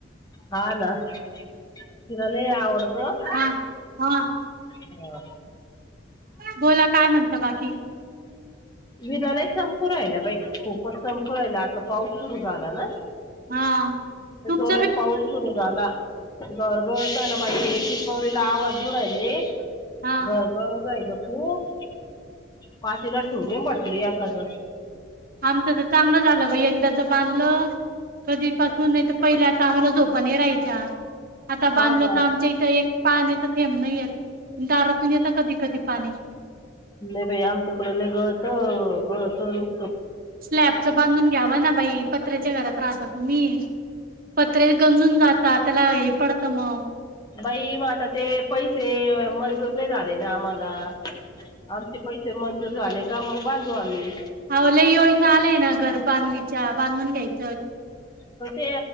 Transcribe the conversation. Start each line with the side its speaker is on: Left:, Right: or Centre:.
Left: हा ना लय आवडतं.
Right: हा. हा
Left: हो
Right: बोला काय म्हणता बाकी
Left: वीज लई चमकू राहिल्या बाई खूपच चमकू राहिल्या आता पाऊस सुरू झाला ना.
Right: हा तुम <unintelligible>
Left: परत पाऊस सुरू झाला घर गळतना बाई <unintelligible> तिला आवाज देऊ राहिले
Right: हा
Left: घर गळू राहिलं खूप पातीला ठेवणे म्हटले एखद
Right: आमचं चांगलं झालं बाई एकदाच बांधलं कधीपासून नाही तर पहिल्याच आम्हाला झोप नाही राहायच्या आता
Left: हा
Right: बांधलं
Left: का
Right: तर आमच्या इथं एक पाण्याच थेबणय दारातून येतता कधी कधी पाणी
Left: न भई आमच्याकड गळतो गळत लक
Right: स्लॅबच बांधून घ्यावा ना बाई पत्र्याच्या घरात राहता तुम्ही पत्रे गंजून जातात त्याला हे पडतं मग
Left: बाई म आता ते पैसे मंजूर नाही झाले ना आम्हाला आमचे पैसे मंजूर झाले का मग बांधू आम्ही
Right: हवलं योजना आलाय ना घर बांधणीच्या बांधून घ्यायच
Left: म ते